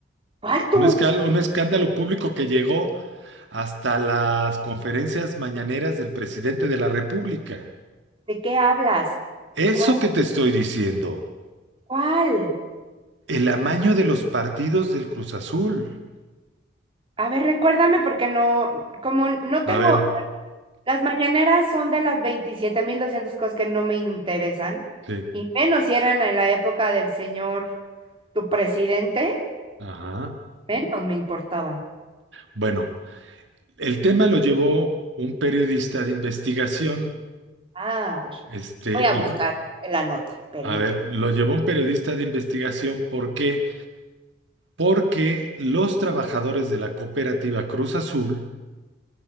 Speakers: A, on the right (about 25°); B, on the right (about 70°).
A: ¿cuál tú?
B: un escal- un escándalo público que llegó hasta las conferencias mañaneras del presidente de la República.
A: ¿De qué hablas? ¿Cuál?
B: Eso que te estoy diciendo,
A: ¿Cuál?
B: el amaño de los partidos del Cruz Azul.
A: A ver, recuérdame porque no, como no
B: A
A: tengo
B: ver,
A: Las mañaneras son de las 27.200 cosas que no me interesan,
B: sí,
A: y menos si eran en la época del señor, tu presidente,
B: ajá.
A: menos me importaban.
B: Bueno. El tema lo llevó un periodista de investigación.
A: A ver,
B: Este,
A: voy a
B: lo-
A: buscar la nota, permíteme.
B: a ver, lo llevó un periodista de investigación. ¿Por qué? Porque los trabajadores de la cooperativa Cruz Azul